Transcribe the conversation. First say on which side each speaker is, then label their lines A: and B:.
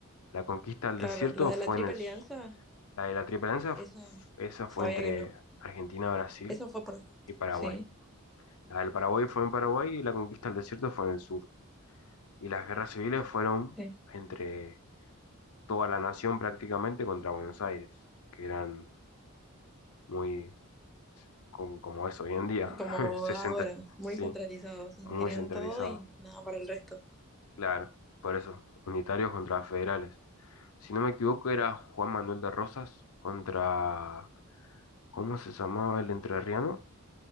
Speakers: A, on the left (about 80°); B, in the centre.
A: La conquista del
B: Claro,
A: desierto
B: la de
A: fue
B: la Triple
A: en el... s-
B: Alianza,
A: La de la Triple Alianza, f-
B: esa
A: esa
B: sabía
A: fue entre
B: que no.
A: Argentina, Brasil
B: Eso fue por descarte.
A: y Paraguay.
B: Sí,
A: La del Paraguay fue en Paraguay y la conquista del desierto fue en el sur. y las guerras civiles fueron
B: sí.
A: entre toda la nación prácticamente contra Buenos Aires, que eran muy com- como es hoy en día,
B: Como
A: <laughs> se
B: ahora,
A: centra-
B: muy
A: sí,
B: centralizado, sí,
A: muy
B: querían
A: centralizado,
B: todo y nada para el resto.
A: claro, por eso, unitarios contra federales. Si no me equivoco era Juan Manuel de Rosas contra, ¿cómo se llamaba el entrerriano?